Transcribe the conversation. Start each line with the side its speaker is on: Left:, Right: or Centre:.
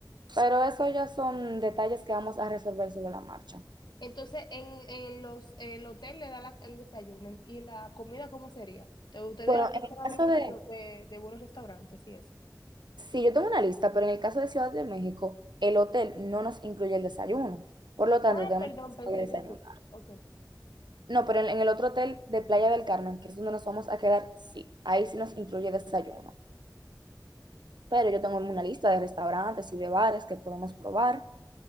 Right: pero eso ya son detalles que vamos a resolver sobre la marcha.
Left: Entonces, en, en los, el hotel le da la- el desayuno. ¿Y la comida cómo sería? Entonces, ustedes
Right: Bueno,
Left: están
Right: en el
Left: averiguando
Right: caso de,
Left: de, de de buenos restaurantes y eso.
Right: Sí, yo tengo una lista, pero en el caso de Ciudad de México, el hotel no nos incluye el desayuno. Por lo tanto,
Left: Ah,
Right: tenemos
Left: perdón,
Right: que
Left: pensé
Right: hacer el
Left: que
Right: desayuno.
Left: sí. Ok.
Right: No, pero en en el otro hotel de Playa del Carmen, que es donde nos vamos a quedar, sí, ahí sí nos incluye desayuno. Pero yo tengo una lista de restaurantes y de bares que podemos probar,